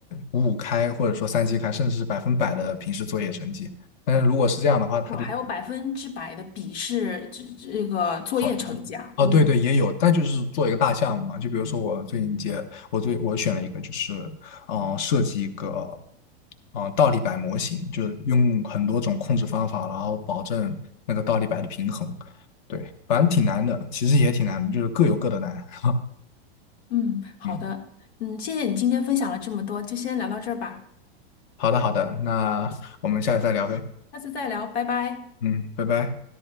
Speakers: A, on the left (about 45°); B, on the left (about 80°).
A: 五五开或者说三七开，甚至是百分百的平时作业成绩。但是如果是这样的话，它就
B: 哇，还有百分之百的笔试，这这个作业成绩啊！
A: 好。哦，
B: 哦，
A: 对对，也有，但就是做一个大项目嘛。就比如说我最近接，我最我选了一个，就是嗯、呃设计一个嗯、呃倒立摆模型，就是用很多种控制方法，然后保证那个倒立摆的平衡。对，反正挺难的，其实也挺难的，就是各有各的难。<laughs>
B: 嗯，好的，
A: 嗯，
B: 嗯，谢谢你今天分享了这么多，就先聊到这儿吧，
A: 好的好的，那我们下次再聊呗。
B: 下次再聊，拜拜。
A: 嗯，拜拜。